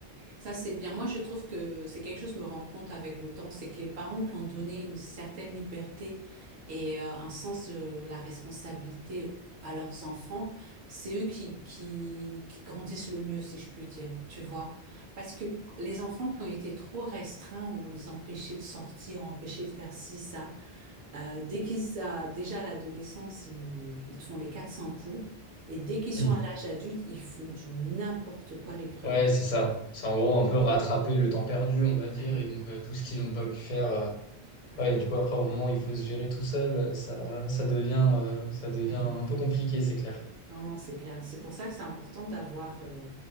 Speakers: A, on the right; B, on the left.
A: Ça, c'est bien. Moi, je trouve que c'est quelque chose que je me rends compte avec le temps, c'est que les parents qui ont donné une certaine liberté et euh, un sens de la responsabilité à leurs enfants, c'est eux qui, qui, qui grandissent le mieux, si je puis dire, tu vois. Parce que les enfants qui ont été trop restreints, on les empêchait de sortir, empêchait de faire ci, ça. Euh, dès qu'ils a, déjà à l'adolescence, ils, ils te font les 400 coups. Et dès qu'ils sont
B: Mm.
A: à l'âge adulte, ils font du n'importe quoi les premières
B: Ouais, c'est ça.
A: années.
B: C'est en gros un peu rattraper le temps perdu, on va dire,
A: Ouais.
B: et donc euh, tout ce qu'ils n'ont pas pu faire. euh,
A: Ouais,
B: ouais, et du coup, après, au moment où il faut se gérer tout seul, euh, ça, ça devient, euh, ça devient
A: ouais, non,
B: un peu compliqué, c'est clair.
A: non, non, c'est clair. C'est pour ça que c'est important d'avoir, euh,